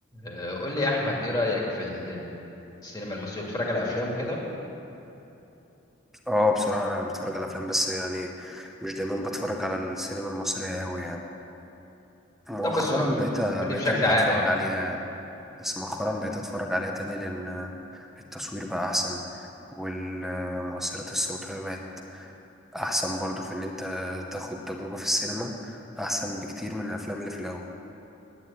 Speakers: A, on the left; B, in the centre.
A: آه، قول لي يا احمد ايه رايك في ال- السينما المصريه بتتفرج على افلام وكده
B: اه بصراحة أنا بتفرج على أفلام بس يعني مش دايما بتفرج على السينما المصرية أوي يعني مؤخرا
A: طب بس قول
B: بقيت بقيت
A: لي بشكل
B: أرجع
A: عام
B: أتفرج
A: اه
B: عليها يعني بس مؤخرا بقيت أتفرج عليها تاني لأن التصوير بقى أحسن والمؤثرات الصوتية بقت أحسن برضو في إن أنت تاخد تجربة في السينما أحسن بكتير من الأفلام اللي في الأول